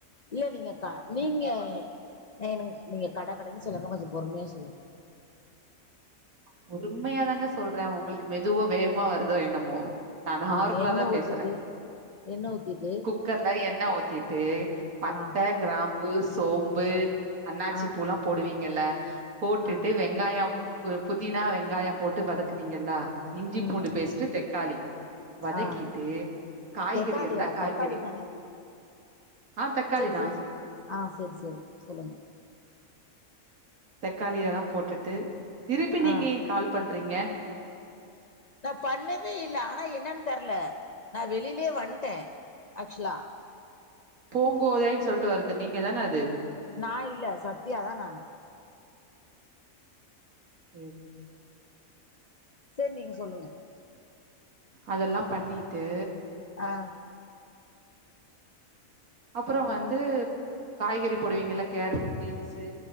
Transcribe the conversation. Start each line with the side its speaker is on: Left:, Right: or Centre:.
Left: இல்ல நீங்க க நீங்க ஆ என் நீங்க கட கடன்னு சொல்லாம கொஞ்சோ பொறுமையா சொல்லுங்க
Right: பொறுமையாதாங்க சொல்ற உங்களுக்கு மெதுவா வேகமா வருதோ என்னமோ நா நார்மலா
Left: ஆ எண்ணெ
Right: தா
Left: ஊத்திட்டு
Right: பேசுறே
Left: எண்ணெ ஊத்திட்டு
Right: குக்கர்ல எண்ண ஊத்திட்டு பட்ட
Left: ஆ
Right: கிராம்பு சோம்பு அண்ணாச்சி
Left: ஆ
Right: பூலா போடுவீங்கல்ல போட்டுட்டு
Left: ஆ
Right: வெங் காயம் புதினா வெங்காயம் போட்டு வதக்குவீங்கல்லா இஞ்சி
Left: ம்
Right: பூண்டு பேஸ்ட் தக்காளி வதக்கிட்டு
Left: ஆ
Right: காய்கறி
Left: தக்காளியா
Right: இருந்தா காய்கறி
Left: தக்காளி தானே
Right: ஆ தக்காளி
Left: செரி
Right: தா
Left: செரி செரி ஆ சேரி சேரி சொல்லுங்க
Right: தக்காளி எல்லா போட்டுட்டு திருப்பி நீங்க
Left: ஆ
Right: ஏ கால் பண்றீங்க
Left: நா பண்ணவே இல்ல ஆனா என்னன்னு தெர்ல நா வெளிலே வன்டே ஆக்சுலா
Right: பூங்கோதைன் சொல்ட்டு வருது நீங்க தான அது
Left: நா இல்ல சத்தியா தா நானு
Right: ம்
Left: சேரி நீங்க சொல்லுங்க
Right: அதெல்லா பண்ணிட்டு
Left: அ
Right: அப்புறோ வந்து காய்கறி போடுவீங்கல்ல கேரட்டு பீன்ஸு